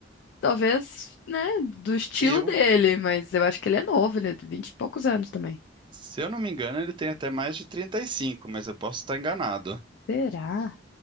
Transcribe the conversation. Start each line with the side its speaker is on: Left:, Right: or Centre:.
Left: talvez, né, do estilo
Right: eu
Left: dele, mas eu acho que ele é novo, ele é de vinte e poucos anos também.
Right: Se eu não me engano, ele tem até mais de 35, mas eu posso estar enganado.
Left: Será?